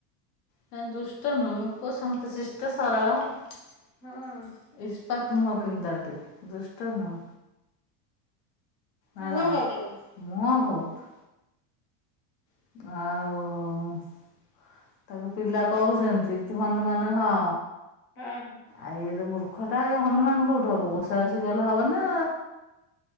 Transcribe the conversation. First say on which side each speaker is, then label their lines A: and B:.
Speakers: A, on the left; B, on the left.
A: ନାଁ ଦୁଷ୍ଟନୁଅ ମୋପୁଅ ସାନ୍ତଶିଷ୍ଟ ସରଳ ହୁଁ
B: ହଁ
A: ଇସ୍ ପତ୍ମ ହ କିିନ୍ ଦାଟିି ଦୁଷ୍ଟ ନୁହଁ। ହେଲା
B: ମୁହଁ ବହୁତ
A: ମୁହଁ ବହୁତ୍। ଆଉ ତାକୁ ପିଲା କହୁଛନ୍ତି ତୁ ହନୁମାନ ହଁ?
B: ହଁ।
A: ଆଉ ଇଏତ ମୂର୍ଖଟା ଇଏ ହନୁମାନ କୋଉଠୁ ହବ ଘୋଷା ଘଷି କଲେ ହବନା।